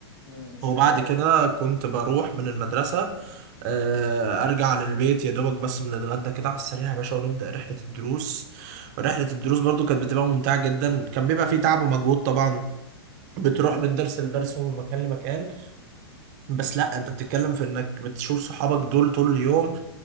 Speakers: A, on the left; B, on the right.
A: امم ازاي
B: وبعد
A: بقى
B: كده كنت بروح من المدرسة آه، أرجع للبيت يا دوبك بس بنتغدى كده على السريع يا باشا ونبدأ رحلة الدروس رحلة الدروس برضو كانت بتبقى ممتعة جدا كان بيبقى فيه تعب ومجهود طبعا بتروح من درس لدرس ومن مكان لمكان بس لا انت بتتكلم في انك بتشوف صحابك دول طول اليوم